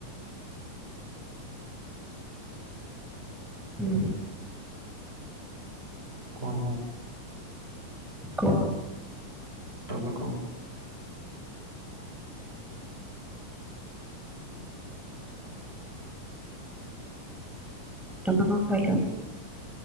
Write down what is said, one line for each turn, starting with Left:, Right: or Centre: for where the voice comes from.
Centre: ହୁଁ
Right: କଣ ହୁଁ?
Centre: କୁହ
Right: ତମେ କ
Centre: ତୁମେ କଅଁ ଖାଇଲ?